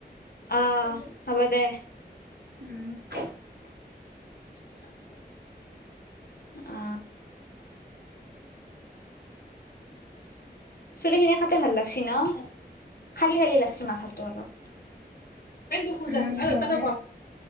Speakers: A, on the left; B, on the right.
A: অ হব দে
B: উম
A: <inaudible> অ চুলিখিনি কাটে ভাল লাগছি ন খালি খালি লাগিছে মাথাতটো অলপ দুখ
B: উম
A: য
B: হয়
A: ত
B: দে
A: ঘৰত